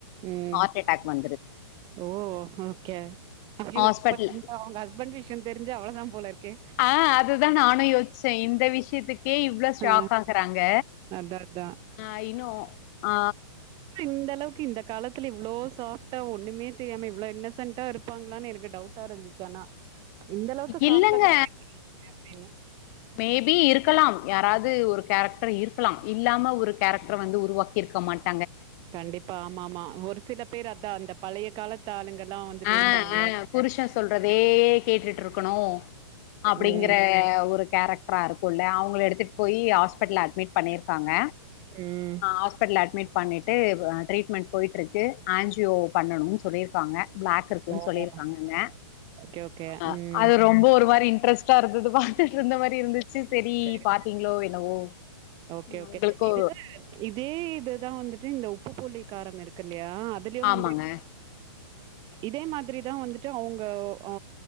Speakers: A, on the right; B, on the left.
A: ம்.
B: ஹார்ட் அட்டாக் வந்
A: ஓ ஓகே அய்யயோ
B: ஹாஸ்பிட்டல்
A: இப்ப அவங்க அவுங்க ஹஸ்பண்ட் விஷ்யோ தெரிஞ்சா அவ்ளோதா போலருக்கே
B: ஆ அதுதா நானு யோசிச்சே இந்த விஷ்யத்துக் கே இவ்ளோ ஷாக்காகறாங்க
A: ஆ. அதான், அதான்.
B: ஆ இன்னு ஆ
A: இந்தளவுக்கு இந்த காலத்துல இவ்ளோ சாஃப்டா ஒண்ணுமே தெரியாம இவ்ளோ இன்னசன்ட்டா இருப்பாங்ளான்னு எனக்கு டவுட் டா இருந்துச்சி ஆனா இந்த அளவுக்கு
B: இல்லங்க
A: சாஃப்ட்டா காட்டியிருப்பாங்க அப்படின்னு.
B: மே பி இருக்கலாம் யாராது ஒரு கேரக்டர் இருக்கலாம் இல்லாம ஒரு கேரக்டர வந்து உருவாக்கிருக்க மாட்
A: கண்டிப்பா ஆமா ஆமா ஒரு சில பேரு அதா அந்த பழைய காலத்து ஆளுங்கெல்லா வந்துட்டு
B: ஆ
A: இருப்பாங்க
B: ஆ புருஷன் சொல்றதே கேட்டுட்டு இருக்கணு அப்டிங்கற
A: ம்.
B: ஒரு கேரக்டரா இருக்குல்ல அவு வுங்கள எடுத்துட் போயி ஹாஸ்பெட்டல்ல அட்மிட் பண்ணியிருக்காங்க
A: ம்.
B: ஹாஸ்பெட்டல்ல அட்மிட் பண்ணிட்டு அ ட்ரீட்மெண்ட் போயிட்ருக்கு ஆன்ஜியோ பண்ணணுன் சொல்லியிருக்காங்க பிளாக்கிருக்குன்னு
A: ஓ!
B: சொல்லிருக்காங்கங்க
A: ஓகே, ஓகே.
B: அ
A: ம்.
B: டாரெஸ்ட்டாருந்தது பாத்துட்டு இருந்த மாரி இருந்துச்சு செரி
A: சரி.
B: பாத்தீங்ளோ என்னவோ
A: ஓகே
B: ம்
A: ஓகே
B: உங்களுக்கோ
A: இதுத்து இதே இதுதா வந்துட் டு இந்த உப்பு புளி காரமிருக்கில்லையா அதுலே
B: ஆமாங்க.
A: வந்து <inaudible>
B: <inaudible>
A: இதே மாதிரிதா வந்துட்டு அவங்க ஆ